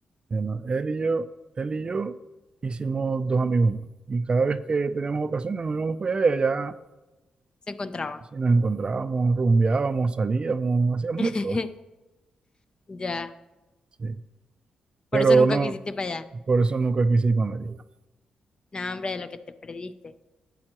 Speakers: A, on the right; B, on the left.
A: se Él y yo, él y yo hicimos dos amigos más. Y cada vez que teníamos ocasiones, nos íbamos para allá, y allá,
B: se encontraban.
A: sí, nos encontrábamos, rumbeábamos, salíamos, hacíamos
B: <laughs>
A: de todo.
B: Ya.
A: Sí.
B: Por
A: Pero
B: eso nunca
A: no,
B: quisiste ir para allá.
A: por eso nunca quise ir para Mérida.
B: No, hombre, de lo que te perdiste.